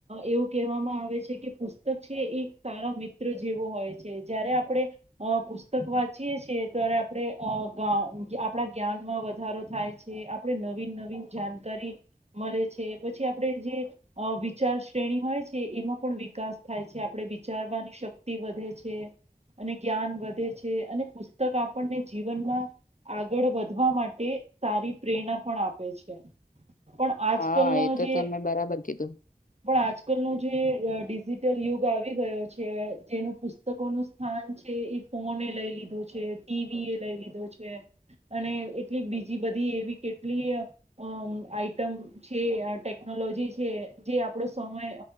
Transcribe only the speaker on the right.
એવું કહેવામાં આવે છે કે પુસ્તક છે એક સારા મિત્ર જેવો હોય છે જયારે આપણે, અ પુસ્તક વાંચીએ છીએ ત્યારે આપણે અ ગવ આપણા જ્ઞાનમાં વધારો થાય છે આપણે નવીન નવીન જાણકારી, મળે છે પછી આપણે જે વિચાર શ્રેણી હોય છે એમાં પણ વિકાસ થાય છે આપણે વિચારવાની શક્તિ વધે છે, અને જ્ઞાન વધે છે અને પુસ્તક આપણને જીવનમાં આગળ વધવા માટે સારી પ્રેરણા પણ આપે છે. પણ આજ
કલ ન
જે
પણ આજ કલ ન જે ડિજિટલ યુગ આવી ગયો છે જેનું પુસ્તકોનું સ્થાન છે એ ફોન લઈ લીધો છે ટીવી એ લઈ લીધો છે. અને એટલી બીજી બધી એવી કેટલી આઈટમ છે ટેકનોલોજી છે જે આપણો સમય